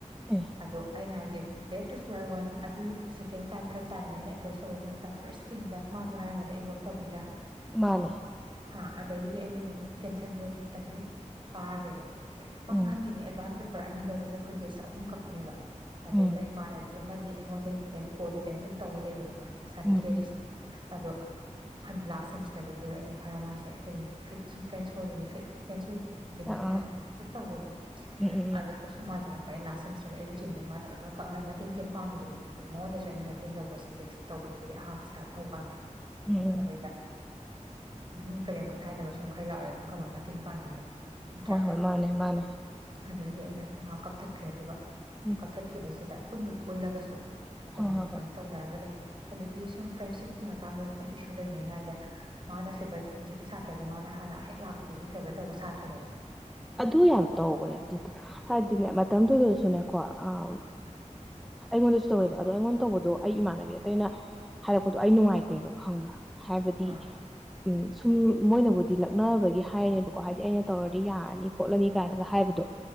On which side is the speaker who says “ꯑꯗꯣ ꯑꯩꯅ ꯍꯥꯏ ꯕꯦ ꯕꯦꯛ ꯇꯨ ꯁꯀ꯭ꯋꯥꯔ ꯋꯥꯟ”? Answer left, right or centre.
Right